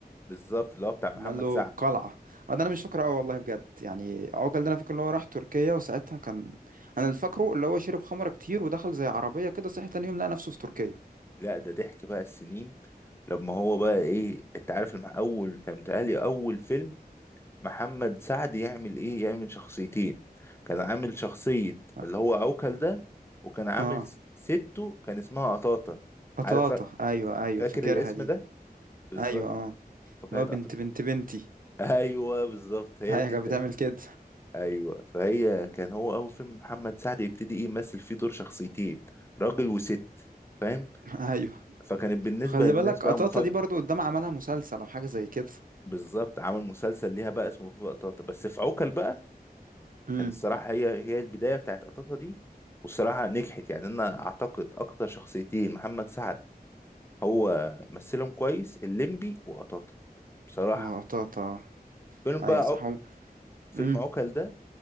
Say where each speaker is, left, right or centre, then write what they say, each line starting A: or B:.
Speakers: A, on the left; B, on the right.
A: بالظبط اللي هو بتاع محمد
B: لما قال له
A: سعد
B: قلعه آه، ده انا مش فاكره اه والله بجد يعني عوكل ده انا فاكر اللي هو راح تركيا وساعتها كان انا اللي فاكره اللي هو شرب خمره كتير ودخل زي عربيه كده صحي تاني يوم لقى نفسه في تركيا
A: لا ده ضحك بقى السنين لما هو بقى ايه انت عارف لما اول كان متهيألي اول فيلم محمد سعد يعمل ايه يعمل شخصيتين كان عامل شخصية
B: اه
A: اللي هو عوكل ده وكان عامل
B: آه،
A: س- سته كان اسمها قطاطة
B: بطاطا
A: عارف فا-
B: ايوه ايوه
A: فاكر
B: فاكرها
A: الاسم
B: دي
A: ده بالظبط
B: ايوه اه
A: فكانت
B: اللي هو بنت
A: قطاطة
B: بنت بنتي
A: ايوه بالظبط هي
B: هي
A: الحتة
B: كانت بتعمل
A: دي
B: كده
A: ايوه فهي كان هو اول فيلم محمد سعد يبتدي ايه يمثل فيه دور شخصيتين راجل وست فاهم
B: <laughs> ايوه
A: فكانت بالنسبة
B: خلي
A: للناس
B: بالك
A: بقى
B: قطاطا
A: مفاجأة
B: دي برضو قدام عملها مسلسل او حاجه زي كده
A: بالظبط عمل مسلسل ليها بقى اسمه فيفا قطاطا بس في عوكل بقى
B: امم
A: كان الصراحة هي هي البداية بتاعت قطاطا دي والصراحة نجحت يعني أنا أعتقد أكتر شخصيتين محمد سعد هو مثلهم كويس الليمبي وقطاطا بصراحة
B: وقطاطا
A: فيلم
B: ايوه
A: بقى
B: صح
A: عو...
B: هم...
A: فيلم
B: امم
A: عوكل ده